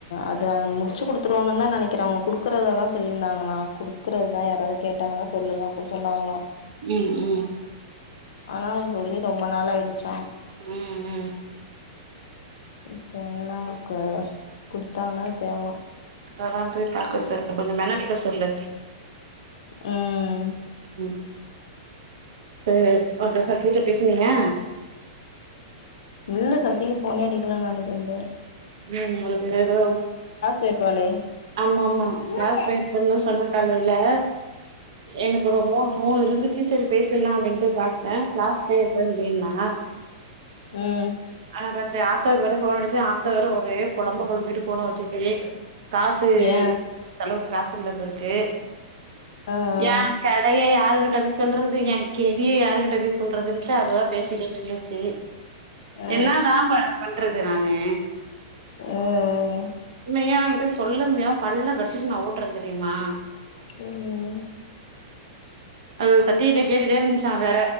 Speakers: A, on the left; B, on the right.
A: அதா முடிச்சு குடுத்துருவாங்கன் தான் நனைக்கிறே அவங்க குடுக்குறதா தான் சொல்லிருந்தாங்களா குடுக்குறது தான் யாராவது கேட்டாங்கன்னா சொல்லுங்க அப்டின்னு சொன்னாங்களா
B: ம் ம்
A: ஆனா அவங்க சொல்லி ரொம்ப நாளா ஆகிடுச்சா
B: ம் ம்
A: இப்ப எல்லாம் கு கொடுத்தான்னா தேவலாம்
B: அதாம் போய் பாக்க சொல்லு கொஞ்சம் மெனக்கட சொல்லு
A: ம்
B: ம் செரி அப்றோ சத்தி ட்ட பேசினியா
A: இல்ல சத்திக்கு போனே அடிக்கலா நானுதென்டு
B: ம் அவளுக்கு ஏதோ
A: போயிருப்பாளே
B: ஆமா ஆமா ஜா
A: ம்
B: பேயா ஒரு நாள் சொன்னா காலையில்லே எனக்கு ஒரு மூணு மூணு இருந்துச்சு சரி பேசிடலாம் அப்டின் பாத்தேன் கிளாஸ் போய்ற்றே அப்டின்னா
A: ம்
B: ஆ ராத்திரி ஆத்தாவுக்கு வேற போன் அடிச்சேன் ஆத்தா வேற ஒரே பொலம்பு பொலம்பிட்டு ஃபோனா வச்சுக்கிட்டே காசு
A: ஏ
B: இல்ல செலவுக்கு காசுல்ல பெருக்கே
A: ஆ
B: என்
A: ஆ
B: கதைய யாருகிட்ட போய் சொல்றது என் கெதிய யாருகிட்ட போய் சொல்றதுன்ட்டு அதுவா பேசிட்டே நின்னுச்சி
A: ஆ
B: என்ன தா பன் பண்றது நானு
A: ஆ
B: உண்மையா இது சொல்ல முடியாம பல்ல கடிச்சிட்டு நான் ஓட்டுறேன் தெரியுமா
A: ம்
B: அது சத்திகிட்ட கேட்டுட்டே இருந்துச்சா வேற